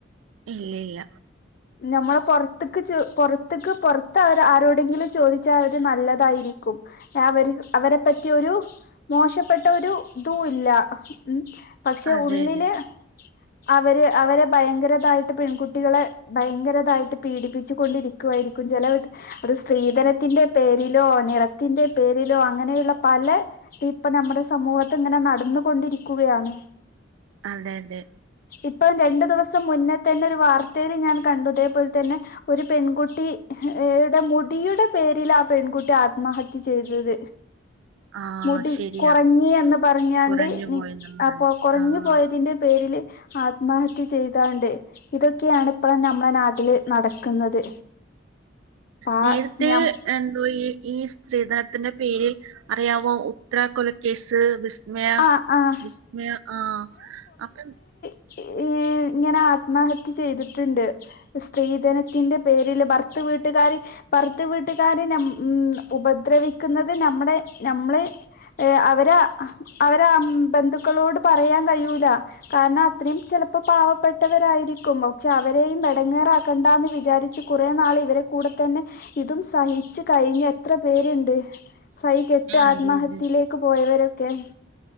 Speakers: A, on the right; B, on the left.
A: ഇല്ല ഇല്ല
B: നമ്മൾ പുറത്തക്ക് പുറത്തേക്ക് പുറത്ത് അവർ ആരോടെങ്കിലും ചോദിച്ചാൽ അവര് നല്ലതായിരിക്കും അവർ അവരെ പറ്റിയൊരു മോശപ്പെട്ട ഒരു ഇതും ഇല്ല ഉം പക്ഷെ
A: അതെ
B: ഉള്ളില്
A: അതെ
B: അവര് അവര് ഭയങ്കരതായിട്ട് പെൺകുട്ടികളെ ഭയങ്കരതായിട്ട് പീഡിപ്പിച്ചു കൊണ്ടിരിക്കുവായിരിക്കും, ചില അത് സ്ത്രീധനത്തിന്റെ പേരിലോ നിറത്തിന്റെ പേരിലോ അങ്ങനെയുള്ള പല ഇപ്പ നമ്മുടെ സമൂഹത്ത് ഇങ്ങനെ നടന്നുകൊണ്ടിരിക്കുകയാണ്.
A: അതെ അതെ
B: ഇപ്പം രണ്ടു ദിവസം മുന്നേ തന്നൊരു വാർത്തേല് ഞാൻ കണ്ടു തേ പോലെ തന്നെ ഒരു പെൺകുട്ടി ഏടെ മുടിയുടെ പേരിലാ പെൺകുട്ടി ആത്മഹത്യ ചെയ്തത്.
A: ആഹ്
B: മുടി
A: ശരിയാ
B: കുറഞ്ഞ് എന്ന് പറഞ്ഞാണ്ട്
A: കുറഞ്ഞു പോയെന്നും പറഞ്ഞ്
B: അപ്പൊ കുറഞ്ഞു
A: ആഹ്.
B: പോയതിന്റെ പേരില് ആത്മഹത്യ ചെയ്താണ്ട് ഇതൊക്കെയാണ് ഇപ്പള് നമ്മടെ നാട്ടില് നടക്കുന്നത്. ആ
A: നേരത്തേ
B: ഞം
A: എന്തോ ഈ ഈ സ്ത്രീധനത്തിന്റെ പേരിൽ അറിയാവോ? ഉത്തരാ കൊല കേസ് മയ
B: ആ ആഹ്
A: വിസ്മയ ആ അപ്പം
B: ഏ ഇങ്ങനെ ആത്മഹത്യ ചെയ്തിട്ടുണ്ട് സ്ത്രീധനത്തിന്റെ പേരില് ഭർത്രു വീട്ടുകാര് ഭർത്രു വീട്ടുകാര് ഉം ഉപദ്രവിക്കുന്നത് നമ്മടെ നമ്മളെ അവരെ അവരാ ഉം ബന്ധുക്കളോട് പറയാൻ കഴ്യൂല കാരണം അത്രയും ചെലപ്പോ പാവപ്പെട്ടവരായിരിക്കും പക്ഷെ അവരെയും എടങ്ങേറാക്കണ്ടാന്ന് വിചാരിച്ച് കുറെ നാള് ഇവരെ കൂടെ തന്നെ ഇതും സഹിച്ചു കഴിഞ്ഞ് എത്ര പേരുണ്ട്. സഹികെട്ട് ആത്മഹത്യയിലേക്ക്
A: അതെ അതെ
B: പോയവര്. ക്കെ. <inaudible>